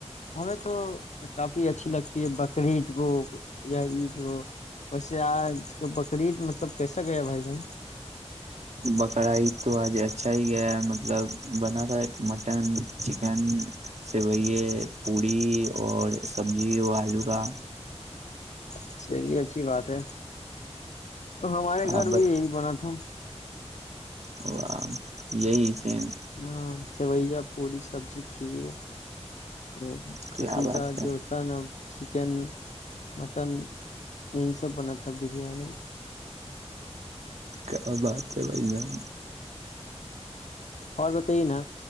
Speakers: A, on the left; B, on the right.
A: ہمیں تو کافی اچھی لگتی ہے بکراعید کو یا عید گو ویسے آج کا بکرا عید مطلب کیسا گیا بھائی جان
B: بکرا عید تو آج اچھا ہی گیا ہے مطلب بنا تھا مٹن چکن سیویے پوڑی اور سبزی اور آلو کا
A: اچھا جی اچھی بات ہے ہمارے گھر
B: آبت
A: بھی یہی بنا تھا
B: وہ یہی سیم
A: ہاں سیوئیا پوڑی سبزی کھیر وہ کھسی
B: کیا بات
A: کا جو ہوتا ہے نا چھ چکن مٹن یہ سب بنا تھا بریانی
B: کیا بات ہے بھائی جان
A: اور بتائیے نا